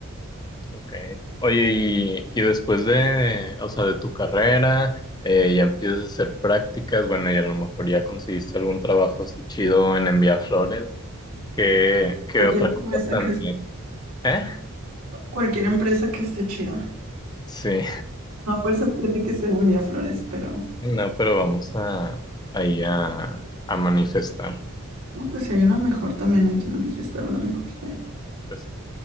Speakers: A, on the left (about 20°); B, on the right (about 85°).
A: Okay. Oye, y, y después de, o sea, de tu carrera, eh, ya empiezas a hacer prácticas, bueno, y a lo mejor ya conseguiste algún trabajo así chido en enviar flores. ¿Qué, qué
B: Cualquier
A: otra cosa
B: empresa
A: también?
B: que
A: ¿Eh?
B: Cualquier empresa que esté chida.
A: Sí,
B: A fuerza tiene que ser un Vía Flores, pero
A: <laughs> no, pero vamos a ahí a, a manifestar,
B: no, pues si hay una mejor, también hay que manifestar una mejor. ¿eh?
A: pues sí.